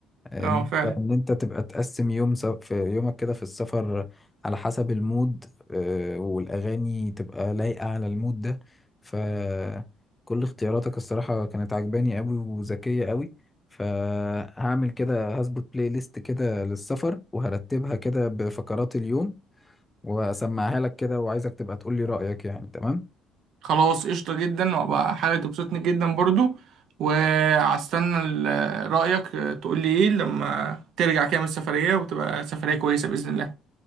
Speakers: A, on the left (about 15°); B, on the right (about 70°).
A: ان
B: اه فعلا
A: انت ان انت تبقى تقسم يوم س... في يومك كده في السفر على حسب المود آه، والاغاني تبقى لايقة على المود ده فكل اختياراتك الصراحة كانت عجباني قوي وذكية قوي فهعمل كده هظبط بلاي ليست كده للسفر وهرتبها كده بفقرات اليوم واسمعها لك كده وعايزك تبقى تقول لي رأيك يعني تمام
B: خلاص قشطة جدا وبقى حاجة تبسطني جدا برضو وهستنى ال- رأيك آه، تقولي ايه لما ترجع كده من السفرية وتبقى سفرية كويسة بإذن الله